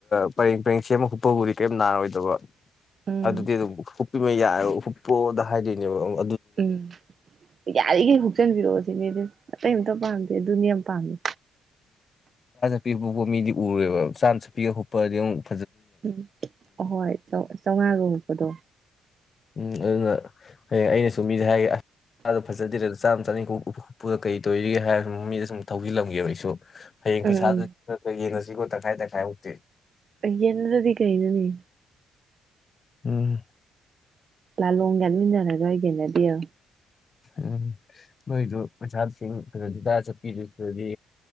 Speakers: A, on the left; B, on the right.
A: ꯄꯔꯦꯡ ꯄꯔꯦꯡ ꯁꯦꯝꯃ ꯍꯨꯄꯕꯨꯗꯤ ꯀꯔꯤꯝ ꯅꯥꯔꯣꯏꯗꯕ
B: ꯎꯝ
A: ꯑꯗꯨꯒꯤꯗꯨ ꯌꯥ ꯍꯨꯄꯣꯗ ꯍꯥꯏꯗꯤꯅꯦꯕꯥ ꯑꯃꯨꯛ
B: ꯎꯝ ꯌꯥꯔꯤꯈꯩ ꯍꯨꯛꯆꯟꯕꯤꯔꯛꯑꯣ ꯗꯤ ꯑꯇꯩ ꯑꯝꯇ ꯄꯥꯝꯗꯦ ꯑꯗꯨꯅꯤ ꯌꯥꯝ ꯄꯥꯝꯃꯦ
A: ꯄꯤꯛꯄ ꯃꯤꯗꯤ ꯎꯔꯦꯕ ꯆꯥꯟꯁꯨ ꯄꯤꯒ ꯈꯣꯠꯄꯗꯤꯛ
B: ꯎꯝ ꯑꯍꯣꯏ ꯆꯥꯝꯃꯉꯥꯒ ꯍꯨꯕꯗꯣ
A: ꯎꯝ ꯑꯗꯨꯅ ꯍꯌꯦꯡ ꯑꯩꯅꯁꯨ ꯃꯤꯗꯤ ꯍꯥꯏꯒꯦ ꯑꯁ ꯐꯖꯗꯔ ꯆꯥꯝ ꯆꯅꯤꯈꯥꯎꯄꯨꯗ ꯀꯔꯤ ꯇꯧꯔꯤꯒꯦ ꯍꯥꯏꯔ ꯃꯃꯤꯗ ꯁꯨꯝ ꯊꯧꯖꯤꯜꯂꯝꯒꯕ ꯑꯩꯁꯨ ꯍꯌꯦꯡ
B: ꯎꯝ
A: ꯄꯩꯁꯥꯗ ꯌꯦꯡꯉꯁꯤ ꯇ ꯈꯥꯏ ꯇ ꯈꯥꯏ ꯎꯇꯤ
B: ꯌꯦꯅꯗꯤ ꯀꯩꯩꯅꯅꯤ
A: ꯎꯝ
B: ꯂꯜꯂꫭꯡ ꯌꯥꯠꯃꯤꯟꯅꯔꯒ ꯌꯦꯟꯅꯒꯦ <unintelligible>
A: ꯎꯝ ꯅꯣꯏꯗꯨ ꯃꯆꯥꯁꯤꯡ ꯈ ꯗꯥ ꯆꯠꯄꯤꯗꯨꯗꯗꯤ